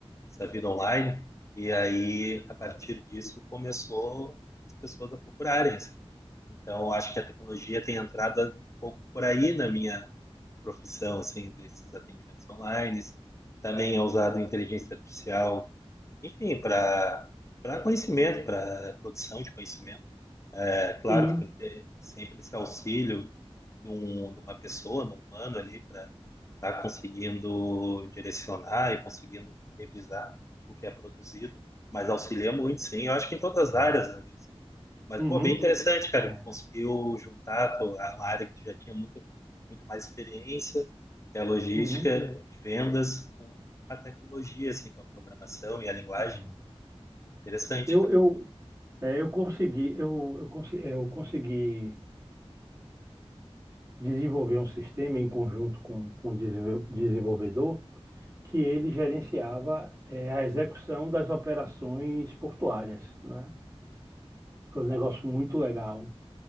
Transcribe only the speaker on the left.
essa vida online, e aí, a partir disso, começou as pessoas a procurarem, assim, então, eu acho que a tecnologia tem entrado um pouco por aí na minha profissão, assim, desses atendimentos online. Também é usado inteligência artificial, enfim, para para conhecimento, para produção de conhecimento. É claro
que tem que ter sempre esse auxílio de, um, de uma pessoa, de um humano ali, para estar conseguindo direcionar e conseguindo revisar o que é produzido. Mas auxilia muito, sim. Eu acho que em todas as
áreas, né? Luiz? Mas,
pô, bem interessante, cara.
Tu conseguiu juntar a tua- a área que tu já tinha muito, muito mais experiência, que é a logística
de vendas, com a tecnologia, assim, com a programação e a linguagem.
Interessante,
cara.